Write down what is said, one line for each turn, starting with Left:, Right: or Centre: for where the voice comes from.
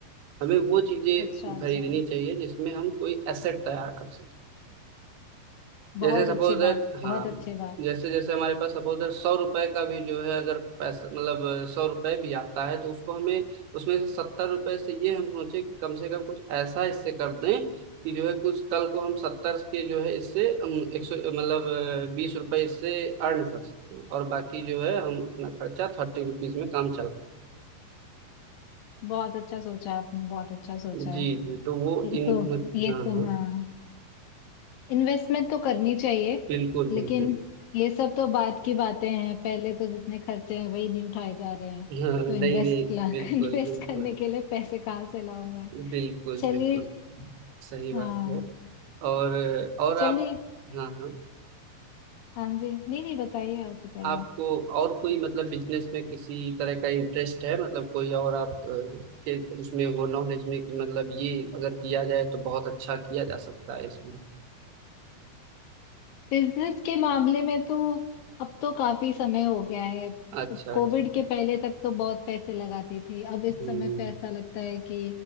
Right: हमें वो चीजें
Left: अच्छा
Right: खरीदनी
Left: अच्छा
Right: चाहिए जिसमें हम कोई एसेट तैयार कर सकें जैसे
Left: बहुत
Right: सपोज
Left: अच्छी
Right: दैट
Left: बात
Right: हाँ
Left: बहुत अच्छी बात
Right: जैसे जैसे हमारे पास सपोज दैट सौ रुपए का भी जो है अगर पैसा मतलब सौ रुपए भी आता है तो उसको हमें उसमें से सत्तर रुपए से ये हम सोचे कि कम से कम कुछ ऐसा इससे कर दें कि जो है कुछ कल को हम सत्तर के जो है इससे अम, एक सौ मतलब बीस रुपए इससे अर्न कर सकते हैं और बाकी जो है हम अपना खर्चा थर्टी रुपीज में काम चला लें।
Left: बहुत अच्छा सोचा आपने बहुत अच्छा सोचा
Right: जी जी तो वो
Left: ये
Right: इन
Left: तो ये
Right: हाँ
Left: तो
Right: हाँ
Left: हाँ इन्वेस्टमेंट तो करनी चाहिए
Right: बिल्कुल
Left: लेकिन
Right: बिल्कुल
Left: ये सब तो बाद की बातें हैं पहले तो जितने खर्चे हैं वही नहीं उठाए जा रहे हैं
Right: हाँ नहीं
Left: तो इन्वेस्ट
Right: नहीं
Left: <laughs> इन्वेस्ट
Right: बिल्कुल बिल्कुल
Left: करने के लिए पैसे कहाँ से लाऊं मैं
Right: बिल्कुल
Left: चलिए
Right: बिल्कुल सही
Left: हाँ
Right: बात है और और
Left: चलिए
Right: आप हाँ हाँ
Left: हाँ जी नहीं नहीं बताइए आप बताइए
Right: आपको और कोई मतलब बिजनेस में किसी तरह का इंटरेस्ट है मतलब कोई और आप अ, के उसमें हो नॉलेज में कि मतलब ये अगर किया जाए तो बहुत अच्छा किया जा सकता है इसमें
Left: बिजनेस के मामले में तो अब तो काफी समय हो गया है
Right: अच्छा
Left: कोविड
Right: अच्छा
Left: के पहले तक तो बहुत पैसे लगाती थी अब इस
Right: हम्म
Left: समय पे ऐसा लगता है कि